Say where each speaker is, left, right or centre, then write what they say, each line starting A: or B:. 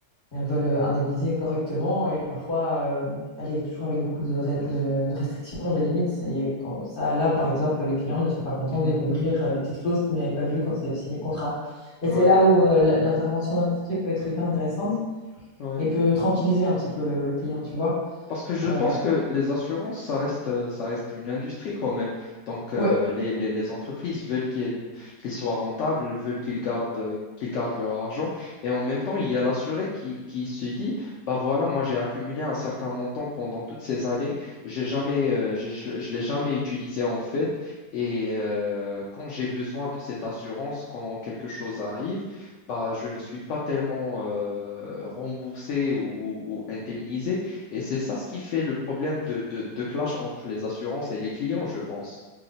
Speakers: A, on the left; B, on the left.
A: elles veulent indemniser correctement et parfois, euh, elle est toujours avec beaucoup de, re- de, de restrictions, de limites. Et quand, ça, là, par exemple, les clients ne sont pas contents
B: mhm.
A: de découvrir euh, des petites clauses qu'ils n'avaient pas vues quand ils avaient signé le contrat. Et
B: Ouais,
A: c'est là où euh, l- l'intervention d'un courtier peut être hyper intéressante
B: ouais.
A: et peut tranquilliser un petit peu le, le client, tu vois.
B: Parce que je
A: Euh,
B: pense que les assurances, ça reste, euh, ça reste une industrie quand même. Donc, euh,
A: oui,
B: les, les- les entreprises veulent qu'ils qu'ils soient rentables, veulent qu'ils gardent, euh, qu'ils gardent leur argent. Et en même temps, il y a l'assuré qui, qui se dit, bah voilà, moi j'ai accumulé un certain montant pendant toutes ces années, j'ai jamais, euh, j'ai- je ne l'ai jamais utilisé en fait. Et euh, quand j'ai besoin de cette assurance, quand quelque chose arrive, bah, je ne suis pas tellement euh, remboursé ou, ou ou indemnisé. Et c'est ça ce qui fait le problème de, de, de clash entre les assurances et les clients, je pense.